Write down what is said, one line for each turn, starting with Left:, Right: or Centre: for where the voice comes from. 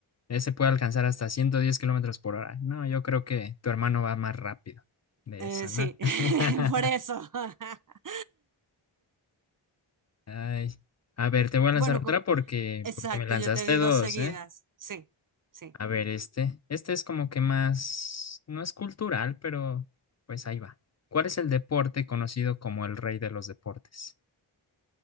Left: Ese puede alcanzar hasta 110 kilómetros por hora. No, yo creo que tu hermano va más rápido de
Right: Eh,
Left: eso,
Right: sí,
Left: ¿no?
Right: <laughs>
Left: <laughs>
Right: por eso. <laughs>
Left: Ay, a ver, te voy a lanzar
Right: Bueno,
Left: otra
Right: co-
Left: porque,
Right: exacto,
Left: porque me lanzaste
Right: yo te di
Left: dos,
Right: dos seguidas.
Left: ¿eh?
Right: Sí, sí.
Left: A ver, este. Este es como que más, no es cultural, pero pues ahí va. ¿Cuál es el deporte conocido como el rey de los deportes?